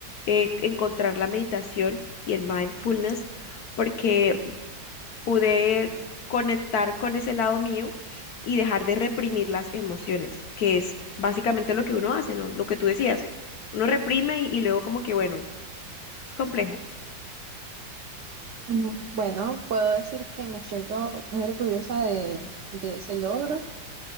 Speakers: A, on the left; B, on the right.
A: eh, encontrar la meditación y el mindfulness, porque pude conectar con ese lado mío y dejar de reprimir las emociones, que es básicamente lo que uno hace, ¿no? Lo que tú decías, uno reprime y, y luego como que, bueno, es complejo.
B: Mm, Bueno, puedo decir que me siento muy orgullosa de, de ese logro,